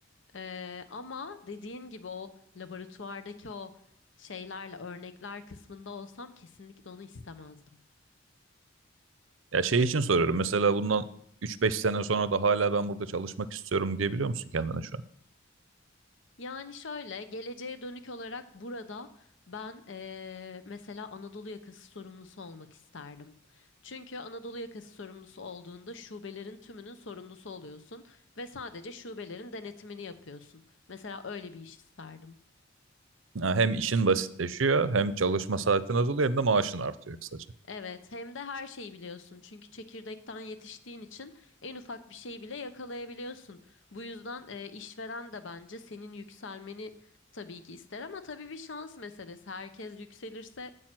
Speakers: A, on the left (about 70°); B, on the right (about 80°).
A: Eee, ama dediğin gibi o laboratuvardaki o şeylerle örnekler kısmında olsam kesinlikle onu istemezdim.
B: Ya şey için soruyorum mesela bundan üç beş sene sonra da hala ben burada çalışmak istiyorum diyebiliyor musun kendine şu
A: Yani şöyle geleceğe dönük olarak burada ben eee, mesela Anadolu yakası sorumlusu olmak isterdim. Çünkü Anadolu yakası sorumlusu olduğunda şubelerin tümünün sorumlusu oluyorsun ve sadece şubelerin denetimini yapıyorsun. Mesela öyle bir iş isterdim.
B: Ha, Hem işin basitleşiyor, hem çalışma saatin azalıyor, hem de maaşın artıyor kısaca.
A: Evet, hem de her şeyi biliyorsun. Çünkü çekirdekten yetiştiğin için en ufak bir şeyi bile yakalayabiliyorsun. Bu yüzden e, işveren de bence senin yükselmeni tabii ki ister ama tabii bir şans meselesi. Herkes yükselirse